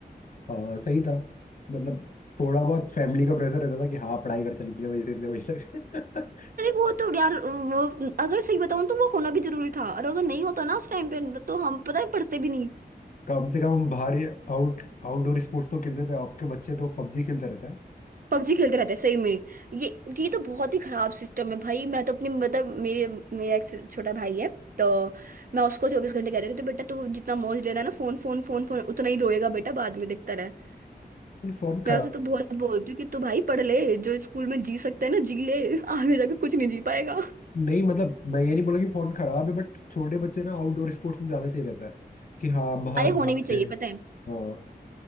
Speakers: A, on the left; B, on the right.
A: हाँ सही था मतलब थोड़ा बहुत फैमिली का प्रेशर रहता था कि हाँ पढ़ाई कर चल इतने बजे से इतने बजे तक <laughs>
B: अरे वो तो यार वो अगर सही बताऊं तो वो होना भी जरूरी था और अगर नहीं होता ना उस टाइम पे तो हम पता है पढ़ते भी नहीं
A: कम से कम हम बाहर आउट आउटडोर स्पोर्ट्स तो खेलते थे आपके बच्चे तो पबजी खेलते रहते हैं
B: पबजी खेलते रहते हैं सही में ये ये तो बहुत ही खराब सिस्टम है भाई मैं तो अपनी मतलब मेरे मेरा एक छोटा भाई है तो मैं उसको चौबीस घंटे कहती रहती हूँ बेटा तू जितना मौज ले रहा है ना फोन फोन फोन फोन उतना ही रोएगा बेटा बाद में देखता रहे
A: ये फोन खराब
B: मैं उसे तो बहुत बोलती हूँ कि तू भाई पढ़ ले जो स्कूल में जी सकता है ना जी ले आगे जाके कुछ नहीं जी पाएगा
A: नहीं मतलब मैं ये नहीं बोला कि फोन खराब है बट छोटे बच्चे ना आउटडोर स्पोर्ट्स में ज्यादा सही रहता है कि हाँ बाहर
B: अरे
A: भाग
B: होने भी चाहिए
A: रहे हैं
B: पता है
A: हाँ